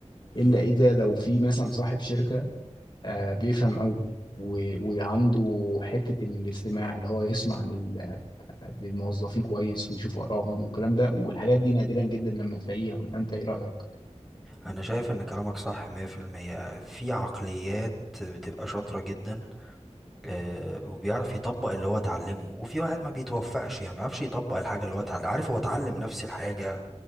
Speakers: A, in the centre; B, on the left (about 40°).
A: امم
B: الا اذا لو في مثلا صاحب شركه آه، بيفهم قوي و- وعنده حته الاستماع اللي هو يسمع لل- للموظفين كويس ويشوف ارائهم والكلام ده والحاجات دي نادرا جدا لما تلاقيها ولا انت ايه رايك؟
A: انا شايف ان كلامك صح 100% في المية. في عقليات بتبقى شاطره جدا آه، وبيعرف يطبق اللي هو اتعلمه وفي واحد ما بيتوفقش يعني ما بيعرفش يطبق الحاجة اللي هو اتعلم عارف هو اتعلم نفس الحاجة